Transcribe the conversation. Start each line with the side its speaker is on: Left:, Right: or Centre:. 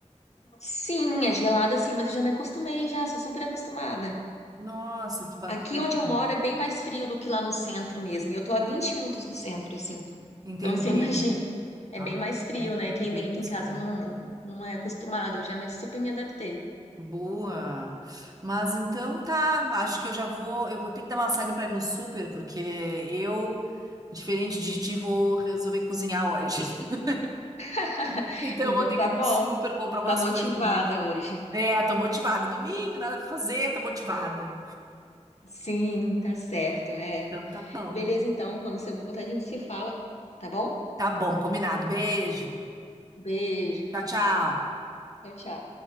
Left: Sim, é gelada sim, mas eu já me acostumei já, sou super acostumada.
Right: Nossa, que bacana.
Left: Aqui onde eu moro é bem mais frio do que lá no centro mesmo. E eu tô a 20 minutos do centro, assim.
Right: Entendi.
Left: Então <laughs> você imagina, é
Right: Ah,
Left: bem mais frio, né? Quem
Right: e bem
Left: vem
Right: mais
Left: aqui em casa
Right: frio.
Left: não, não é acostumado, eu já me, super me adaptei.
Right: Boa. Mas então tá, acho que eu já vou, eu vou ter que dar uma saída para ir no super, porque eu, diferente de ti, vou resolver cozinhar hoje. <laughs>
Left: <laughs>
Right: Então
Left: Então
Right: eu vou ter
Left: tá
Right: que ir
Left: bom.
Right: no super comprar umas
Left: Tá motivada
Right: coisinhas.
Left: hoje.
Right: É, tô motivada. Domingo, nada pra fazer, tô motivada.
Left: Sim, tá certo, é.
Right: Então tá bom.
Left: Beleza, então, quando você voltar, a gente se fala, tá bom?
Right: Tá bom, combinado. Beijo.
Left: Beijo.
Right: Tchau, tchau.
Left: Tchau, tchau.